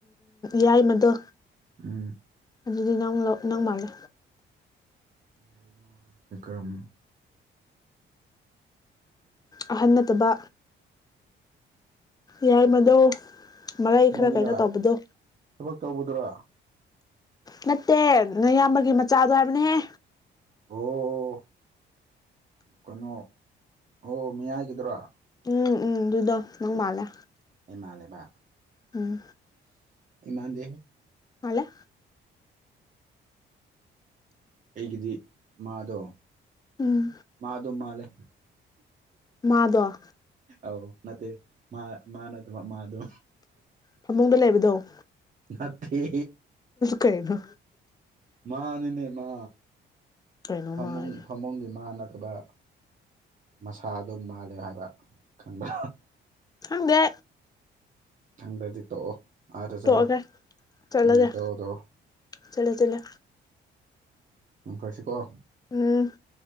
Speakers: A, on the left (about 20°); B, on the right (about 40°).
A: ꯌꯥꯏꯃꯗꯣ
B: ꯎꯝ
A: ꯑꯗꯨꯗꯤ ꯅꯪ ꯅꯪ ꯃꯥꯜꯂꯦ
B: ꯌꯥꯏꯃ ꯍꯥꯏꯁ ꯀꯥꯝ
A: ꯑꯍꯟ ꯅꯠꯇꯕ ꯌꯥꯏꯃꯗꯣ ꯃꯔꯩ
B: ꯀꯩꯅꯣꯒꯤꯔ
A: ꯈꯔ ꯀꯩꯅ ꯇꯕꯗꯣ
B: ꯊꯕꯛ ꯇꯧꯕꯗꯨꯔ
A: ꯅꯠꯇꯦ ꯅꯌꯥꯝꯕꯒꯤ ꯃꯆꯥꯗꯣ ꯍꯥꯏꯕꯅꯦꯍꯦ
B: ꯑꯣ ꯀꯩꯅꯣ ꯑꯣ ꯃꯤ ꯍꯥꯏꯒꯗ꯭ꯔꯥ
A: ꯎꯝ-ꯎꯝ ꯑꯗꯨꯗꯣ ꯅꯪ ꯃꯥꯜꯂꯦ
B: ꯏꯃꯥꯂꯦꯕ
A: ꯎꯝ
B: ꯏꯃꯥꯟꯗꯦ
A: ꯍꯂ
B: ꯑꯩꯒꯤꯗꯤ ꯃꯥꯗꯣ
A: ꯎꯝ
B: ꯃꯥꯗꯨ ꯃꯥꯂꯦ
A: ꯃꯥꯗ‌ꯣ
B: ꯑ ꯅꯠꯇꯦ ꯃꯥ ꯃꯥ ꯅꯠꯇ ꯃꯥ ꯑꯗꯨ
A: ꯐꯃꯨꯡꯗ ꯂꯩꯕꯗꯣ
B: ꯉꯠꯇ
A: ꯀꯩꯅꯣ
B: ꯃꯥꯅꯤꯅꯦ ꯃꯥ
A: ꯀꯩꯅꯣ
B: ꯐꯃꯨꯡ
A: ꯃꯥ ꯍꯥꯏꯁꯦ
B: ꯐꯃꯨꯡꯒꯤ ꯃꯥꯟꯅꯗꯕ ꯃꯁꯥ ꯑꯗꯨꯝ ꯃꯥꯜꯂꯦ ꯍꯥꯏꯕ ꯈꯪꯗ
A: ꯈꯪꯗꯦ
B: ꯈꯪꯗ꯭ꯔꯗꯤ ꯇꯣꯛꯑꯣ ꯑꯔꯦ ꯆꯂꯣ
A: ꯇꯣꯛꯑꯒꯦ ꯆꯠꯂꯒꯦ
B: ꯎꯝ ꯇꯧ ꯇꯋꯣ
A: ꯆꯠꯂꯦ ꯆꯠꯂꯦ
B: ꯎꯝ ꯐꯔꯁꯤꯀꯣ
A: ꯎꯝ